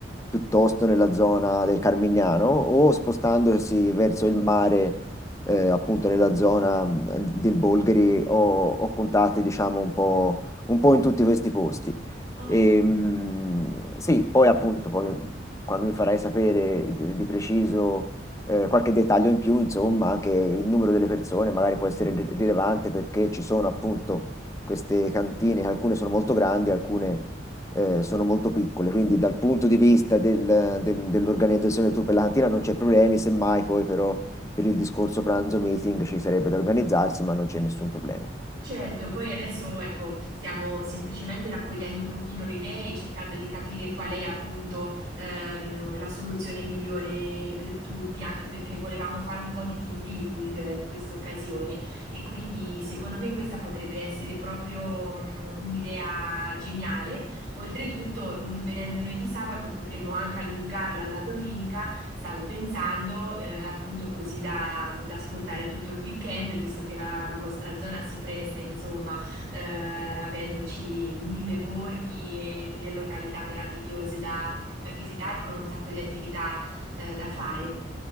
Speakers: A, on the left (about 15°); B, on the right (about 65°).
A: piuttosto nella zona del Carmignano, o spostandosi verso il mare, eh, appunto nella zona mh, del Bolgheri, ho, ho contatti, diciamo, un po', un po' in tutti questi posti.
B: Oh,
A: E, mh, sì, poi appunto, poi, quando mi farai sapere di di preciso eh, qualche dettaglio in più, insomma, anche il numero delle persone magari può essere ri- rilevante perché ci sono appunto queste cantine, alcune sono molto grandi, alcune eh, sono molto piccole, quindi dal punto di vista del- del- dell'organizzazione del tour per la cantina non c'è problemi, semmai poi però per il discorso pranzo meeting ci sarebbe da organizzarsi, ma non c'è nessun problema.
B: Certo, poi adesso ecco, stiamo semplicemente raccogliendo un pochino le idee e cercando di capire qual è appunto ehm, la soluzione migliore per tutti, anche perché volevamo fare un po' di team building eh, in questa occasione e quindi secondo me questa potrebbe essere proprio mm, un'idea geniale Oltretutto, mh, venendo noi di sabato, potremmo anche allungarla alla domenica, stavo pensando, eh, appunto così da, da sfruttare tutto il weekend, visto che la, la vostra zona si presta, insomma, eh, avendoci mille borghi e mille località meravigliose da, mm, da visitare con un sacco di attività, eh, da fare.